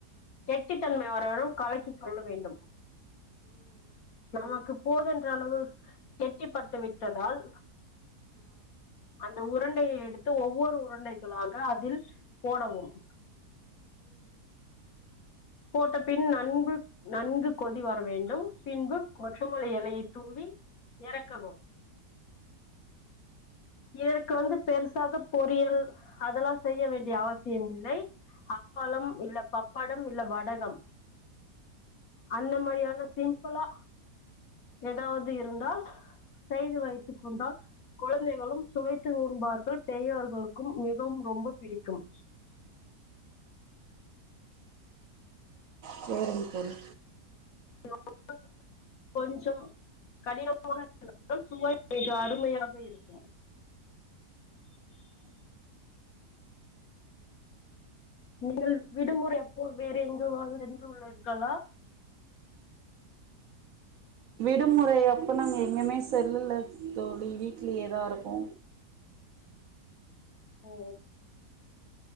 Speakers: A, on the left; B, on the right.
A: கெட்டித்தன்மை வரவரும் கலக்கி கொள்ள வேண்டும் நமக்கு போதன்ற அளவு கெட்டிப்பட்டு விட்டதால் அந்த உருண்டையை எடுத் து ஒவ்வொரு உருண்டைகளாக அதில் போடவும் போட்ட பின் நன்பு நன்கு கொதி வர வேண்டும் பின்பு கொற்றமல்லி எலையை தூவி ஏறக்கவும் எருக்கு வந்து பெருசாக பொரியல் அதெல்லா செய்ய வேண்டிய அவசியம் இல்லை அப்பளம் இல்ல பப்படம் இல்ல வடகம் அந்த மாரியான சிம்புளா ஏதாவது இருந்தால் செய்து வைத்து கொண்டால் குழத் குழந்தைகளும் சுவைத்து உண்பார்கள் பெரியவர்களுக்கும் மிகவும் ரொம்ப பிடிக்கும்
B: செரிங் தோழி
A: <unintelligible> கொஞ்சம் கடினமாக இருந்தாலும் சுவை மிக அருமையாக இருக்கும் நீங்கள் விடுமுறை அப்போ வேறு எங்குவாது சென்று உள்ளீர்களா
B: விடுமுறை அப்பு நாங்க எங்குமே செல்லல தோழி வீட்லயே தா இருக்கோ
A: ஓ